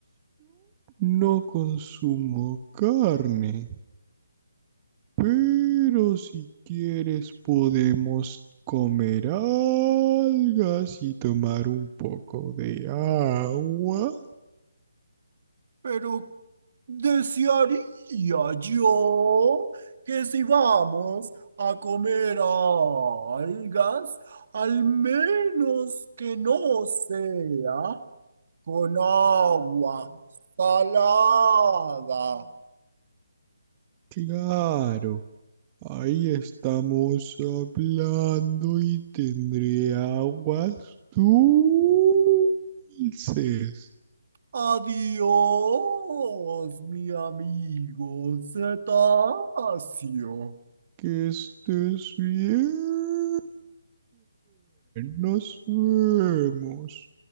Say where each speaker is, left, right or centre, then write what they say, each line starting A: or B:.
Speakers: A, on the right; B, on the right.
A: no consumo carne. Pero si quieres podemos comer algas y tomar un poco de agua.
B: Pero Desearía yo que si vamos a comer algas, al menos que no sea con agua salada.
A: Claro, ahí estamos hablando y tendré aguas dulces.
B: Adiós, mi amigo cetáceo.
A: Que estés bien. Nos vemos.